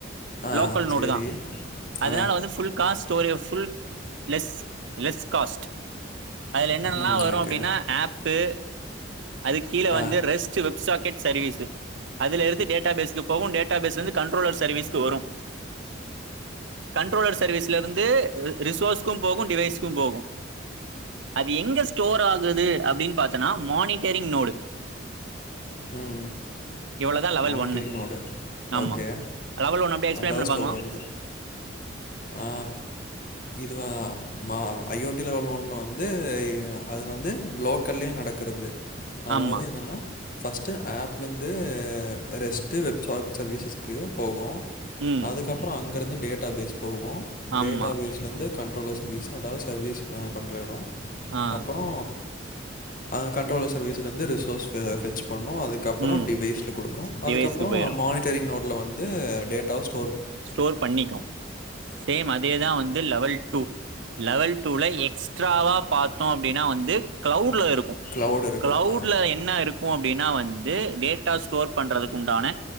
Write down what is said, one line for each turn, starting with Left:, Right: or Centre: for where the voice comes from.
Left: ஆ
Right: லோக்கல் நோடு
Left: சரி
Right: தா அதனால
Left: ஆ
Right: வந்து புல் காஸ் ஸ்டோர் எஃப் லெஸ் லெஸ் காஸ்ட் அதுல என்னெல்லா
Left: ம்
Right: வரும்
Left: ஓகே
Right: அப்டின்னா ஆப்பூ அது கீழ வந்து
Left: ஆ
Right: ரெஸ்ட் வெப்சாக்கெட் சர்வீஸு அதுலெடுத்து டேட் டேட்டாபேஸ்க்கு போவும் டேட்டா பேஸ்லந்து கண்ட்ரோலர் சர்வீஸ்கு வரும் கண்ட்ரோலர் சர்வீஸ்லருந்து ரிசோர்ஸ்க்கு போகு டிவைஸ்க்கு போகு அது எங்க ஸ்டோர் ஆகுது அப்டின் பாத் கனா மானிட்டரிங் நோடு
Left: ம்
Right: இவ்வளவுதான் லெவல்
Left: மானிட்டரிங்
Right: ஒன்னு
Left: நோடு
Right: ஆமா
Left: ஓகே
Right: லெவல் ஒன் அப்படியே எக்ஸ்பிளைன்
Left: அங்க
Right: பண்ணி
Left: தா ஸ்டோர்
Right: பார்க்கலாம்
Left: ஆகுது ஆ இதுவ மா ஐ ஓ டி லெவல் ஓன்னுல வந்துய் அது வந்து லோக்கல்லயு நடக்குறது அதாவது
Right: ஆமா
Left: என்னன்னா ஃபஸ்ட்டு ஆப்லந்து ரெஸ்ட்டு வெப்சாக் சர்வீஸஸ்க்கு போகூ
Right: ம்
Left: அதுக்கப்றொ அங் இங்கருந்து டேட்டா பேஸ் போகூ
Right: ஆமா
Left: டேட்டா பேஸ்லந்து கண்ட்ரோலர் சர்வீஸ் அதாவது சர்வீஸ் அ பண்ற எடொ
Right: ஆ
Left: அப்புறோ அங்க கண்ட்ரோலர் சர்வீஸ்லந்து ரிசோர்ஸ் பெ ஃபெச் பண்ணு அதுக்கப்புறோ
Right: ம்
Left: டிவைஸ்ல குடுக்கு அதுக்கப்றோ
Right: டிவைஸ்க்கு போயிடும்
Left: மானிட்டரிங் நோட்ல வந் உ டேட்டவ்ஸ்
Right: ஸ்டோர் பண்ணிக்கு சேம் அத் தேதான் வந்து லெவல் டூ லெவல் டூல எக்ஸ்ட்ராவா பாத்தோ அப்டினா வந்து கிளவுட்லருக்
Left: க்ளவுட் இருக்கும்.
Right: கிளவுட்ல
Left: ஆ.
Right: என்ன இருக்கு அப்டினா வந்து டேட் ட்டா ஸ்டோர் பண்றதுக்கு உண்டான